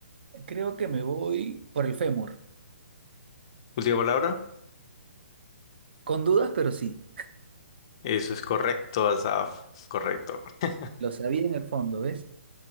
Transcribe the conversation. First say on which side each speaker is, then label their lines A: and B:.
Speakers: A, on the right; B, on the left.
A: Creo que me voy por el fémur.
B: Última palabra.
A: Con dudas, pero sí.
B: Eso es correcto, Asaf. Correcto. <laughs>
A: Lo sabía en el fondo, ¿ves?